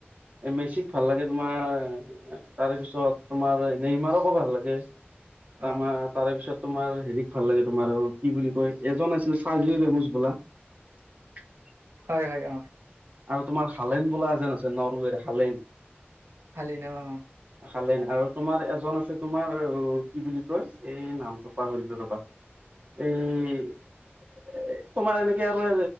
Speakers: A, on the right; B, on the right.
A: এ মেচিক ভাল লাগে তোমাৰ, তাৰ পিছত তোমাৰ নেইমাৰকো ভাল লাগে।
B: অ',
A: তমাৰ তাৰে পিছত তোমাৰ হেৰিক ভাল লাগে তোমাৰ আৰু কি বুলি কয় এজন আছিলে চাৰ্জি ৰেমুজ বোলা। <unintelligible>
B: হয়। হয়। অ।
A: আৰু তোমাৰ হালেণ্ড বোলা যেন আছে। নৰৱেৰ হালেণ্ড।
B: হালন অ অ
A: হালেন আৰু তোমাৰ এজন আছে, তোমাৰ কি বুলি কয়? এই নামটো পাহৰিলো ৰবা এই এ তোমাৰ এনেকে আৰু